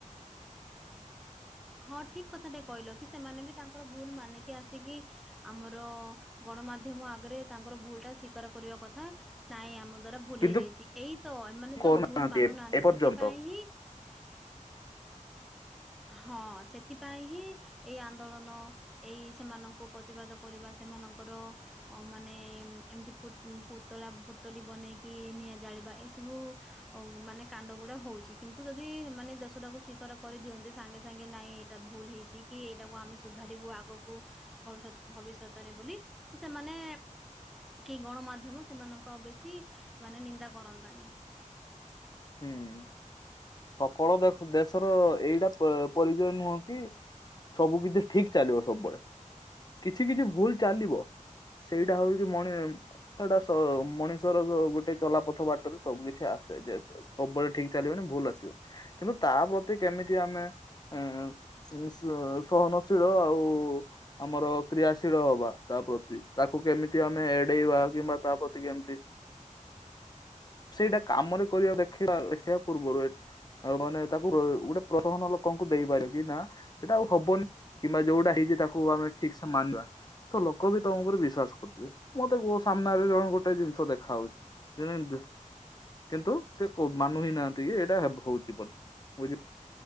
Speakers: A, in the centre; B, on the left.
A: ହଁ ଠିକ୍ କଥା ଟେ କହିଲ କି ସେମାନେ ବି ତାଙ୍କର ଭୁଲ ମାନିକି ଆସିକି ଆମର ଗଣମାଧ୍ୟମ ଆଗରେ ତାଙ୍କର ଭୁଲ ଟା ସ୍ବୀଉକାର କରିବା କଥା ନାଇଁ ଆମ ଦ୍ଵାରା ଭୁଲ
B: କିନ୍ତୁ
A: ହେଇଯାଇଛି ଏଇ ତ ଏମାନେ
B: କରୁନାହାନ୍ତି
A: ଯୋଉ ଭୁଲ ମାନୁନାହାନ୍ତି
B: ଏ ଏପର୍ଯ୍ୟନ୍ତ
A: ସେଥିପାଇଁ ହିଁ ହଁ ସେଥିପାଇଁ ହିଁ ଏଇ ଆନ୍ଦୋଳନ ଏଇ ସେମାନଙ୍କୁ ପ୍ରତିବାଦ କରିବା ସେମାନ ଙ୍କର ମାନେ ଏମିତି ପୁତଳା ପୁତଳି ବନେଇକି ନିଆଁ ଜାଳିବା। ଏ ସବୁ ମାନେ କାଣ୍ଡ ଗୁଡ଼ା ହଉଛି କିନ୍ତୁ ଯଦି ମାନେ ଦେଶଟାକୁ ସ୍ୱୀକାର କରି ଦିଅନ୍ତି ସାଙ୍ଗେ ସାଙ୍ଗେ ନାଇଁ ଏଇଟା ଭୁଲ ହେଇଛି କି ଏଇଟାକୁ ଆମେ ସୁଧାରିବୁ ଆଗକୁ ଭବିଷ୍ୟତ ଭବି ଭବିଷ୍ୟତରେ ବୋଲି ତ ସେମାନେ କି ଗଣମାଧ୍ୟମ ସେମାନଙ୍କ ବେଶୀ ମାନେ ନିନ୍ଦା କରନ୍ତାନି।
B: ହୁଁ ସ ଫଳ ଦେଖ ଦେଶର ଏଇଟା ପ ପରିଚୟ ନୁହଁ କି। ସବୁ କିଛି ଠିକ୍ ଚାଲିବ ସବୁବେଳେ କିଛି କିଛି ଭୁଲ ଚାଲିବ। ସେଇଟା ହଉଛି ମଣି ସେଟା ମଣିଷର ଗୋଟେ ଚଲାପଥ ବାଟରେ ସବୁ କିଛି ଆ ସେଇଯାଇଥିବ ସବୁବେଳେ ଠିକ୍‌ ଚାଲିବନି ଭୁଲ ଆସିବ କିନ୍ତୁ ତା ପ୍ରତି କେମିତି ଆମେ ଉଁ ଏ ସ୍ଲୋ ସହନଶୀଳ ଆଉ ଆମର କ୍ରିୟାଶୀଳ ହବା ତା ପ୍ରତି ତାକୁ କେମିତି ଆମେ ଏଡ଼େଇବା କିମ୍ବା ତା ପ୍ରତି କେମିତି ସେଇଟା କାମରେ କରିବା ଦେଖିବା ଦେଖେଇବା ପୂର୍ବରୁ ଆଉ ମାନେ ତାକୁ ଗୋ ଗୋଟେ ପ୍ରଶମନ ଲୋକଙ୍କୁ ଦେଇପାରେ କି ନା ସେଇଟା ଆଉ ହବନି କିମ୍ବା ଯୋଉଟା ହେଇ ଚି ତାକୁ ଆମେ ଠିକ୍‌ ସେ ମାନିବା। ତ ଲୋକ ବି ତମ ଉପରେ ବିଶ୍ଵାସ କରୁଥିବେ ମତେ କୁହ ସାମ୍ନାରେ କଣ ଗୋଟେ ଜିନିଷ ଦେଖା ହଉଛି। କେମିତି? କିନ୍ତୁ ସେ କ ମାନୁ ହିଁ ନାହାନ୍ତି ଯେ ଏଇଟା ହଉଛି ବୋଲି ବୁଝି